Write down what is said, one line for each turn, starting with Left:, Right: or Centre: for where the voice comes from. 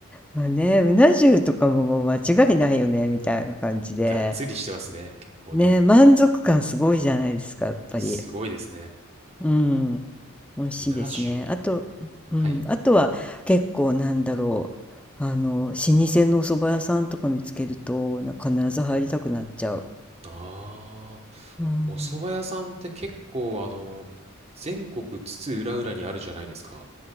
Centre: まあね、うな重とかももう間違いないよね、みたいな感じで。
Right: がっつりしてますね。結構ね。
Centre: ね、満足感すごいじゃないですか、やっぱり。
Right: すごいですね。
Centre: うん、美味しいですね。
Right: うな重。
Centre: あと、うん、
Right: はい。
Centre: あとは結構なんだろう、あの、老舗のお蕎麦屋さんとか見つけると、なんか必ず入りたくなっちゃう。
Right: ああ、
Centre: うん、
Right: お蕎麦屋さんって結構、あの、全国津々浦々にあるじゃないですか。